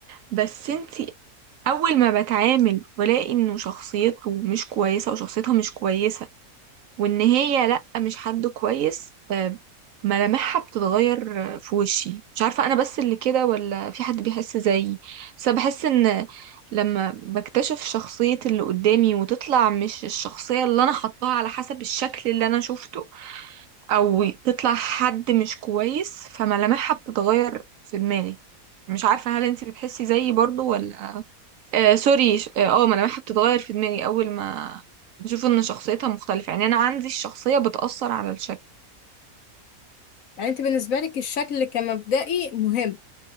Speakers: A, on the right (about 65°); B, on the left (about 65°).
A: بس انت اول ما بتعامل والاقي انه شخصيته مش كويسة وشخصيتها مش كويسة وان هي لا مش حد كويس آه، ملامحها بتتغير آه، في وشي مش عارفة انا بس اللي كده ولا في حد بيحس زيي بس أنا بحس ان لما بكتشف شخصية اللي قدامي وتطلع مش الشخصية اللي انا حطاها على حسب الشكل اللي انا شفته او تطلع حد مش كويس فملامحها بتتغير في دماغي مش عارفة هل انتي بتحسي زيي برضو ولا آه سوري ش- اه اه، ما انا بحب تتغير في دماغي اول ما بشوف ان شخصيتها مختلفة يعني انا عندي الشخصية بتأثر على الشكل
B: يعني انت بالنسبه لك الشكل كمبدئي مهم